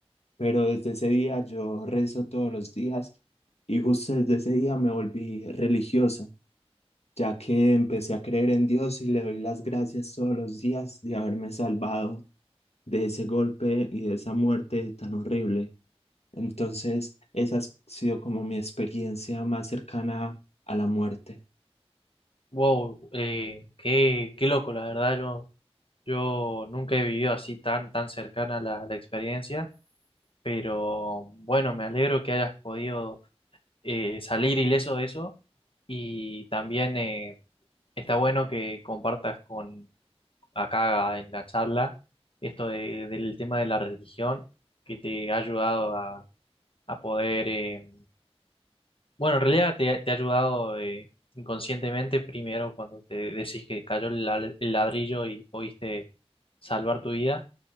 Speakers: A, on the left; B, on the left.
A: pero desde ese día yo rezo todos los días y justo desde ese día me volví religioso. ya que empecé a creer en Dios y le doy las gracias todos los días de haberme salvado de ese golpe y de esa muerte tan horrible. Entonces, esa ha sido como mi experiencia más cercana a la muerte.
B: Wow, eh, qué, qué loco, la verdad, yo, yo nunca he vivido así tan, tan cercana la, la experiencia, pero bueno, me alegro que hayas podido eh, salir ileso de eso y también eh, está bueno que compartas con acá en la charla, esto de- del tema de la religión que te ha ayudado a, a poder, eh, bueno, en realidad te, ha te ha ayudado eh, inconscientemente primero cuando te decís que cayó el, la- el ladrillo y pudiste salvar tu vida.